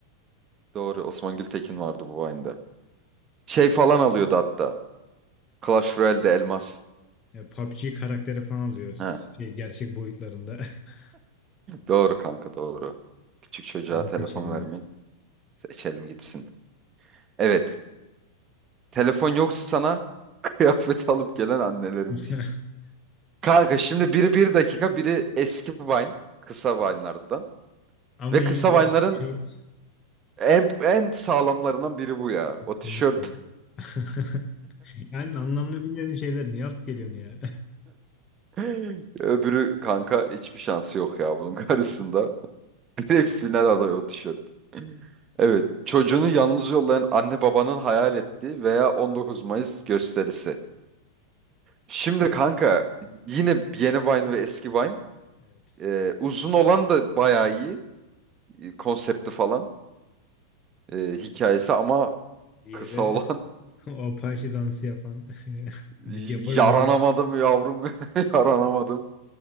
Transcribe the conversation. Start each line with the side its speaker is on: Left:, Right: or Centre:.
Right: Doğru. Osman Gültekin vardı bu Vine'da. Şey falan alıyordu hatta. Clash Royale'de elmas.
Left: e, PUBG karakteri falan alıyor.
Right: He,
Left: Şey, gerçek boyutlarında. <laughs>
Right: doğru kanka doğru. Küçük çocuğa
Left: Onu
Right: telefon
Left: seçelim
Right: vermeyin.
Left: ya
Right: Seçelim gitsin. Evet. Telefon yok sana <laughs> kıyafet alıp gelen annelerimiz.
Left: <laughs>
Right: Kanka şimdi biri bir dakika biri eski Vine. Kısa Vine'lardan.
Left: Ama
Right: Ve
Left: yine
Right: kısa
Left: de
Right: Vine'ların
Left: o tişört
Right: en, en sağlamlarından biri bu ya.
Left: kesinlikle
Right: O tişört.
Left: yani. <laughs> Yani anlamını bilmeyen şeyler niye alıp geliyorsun ya?
Right: <laughs> Öbürü kanka hiçbir şansı yok ya bunun karşısında. <laughs> Direkt final adayı o tişört. Evet. Çocuğunu yalnız yollayan anne babanın hayal ettiği veya 19 Mayıs gösterisi. Şimdi kanka yine yeni Vine ve eski Vine.
Left: <laughs> Evet.
Right: Ee, uzun olan da bayağı iyi. e, Konsepti falan. e, hikayesi ama
Left: Diğeri
Right: kısa olan
Left: <laughs> o Apache dansı yapan. <laughs>
Right: <laughs>
Left: Biz yaparız
Right: yaranamadım
Left: oyun.
Right: yavrum. <laughs> Yaranamadım.